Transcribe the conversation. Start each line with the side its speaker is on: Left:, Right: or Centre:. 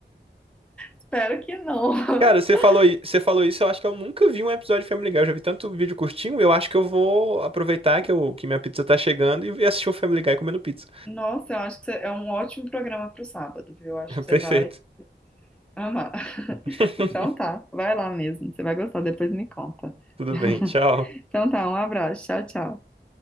Centre: Espero que não.
Right: Cara, você
Centre: <laughs>
Right: falou, i- você falou isso, eu acho que eu nunca vi um episódio de Family Guy. Eu já vi tanto vídeo curtinho, eu acho que eu vou aproveitar que, eu, que minha pizza tá chegando e assistir o Family Guy comendo pizza.
Centre: Nossa, eu acho que você- é um ótimo programa pro sábado, viu? Eu acho
Right: <laughs>
Centre: que você
Right: Perfeito.
Centre: vai amar. <laughs>
Right: <laughs>
Centre: Então tá, vai lá mesmo. Você vai gostar, depois me conta.
Right: Tudo
Centre: <laughs>
Right: bem, tchau.
Centre: Então tá, um abraço. Tchau, tchau.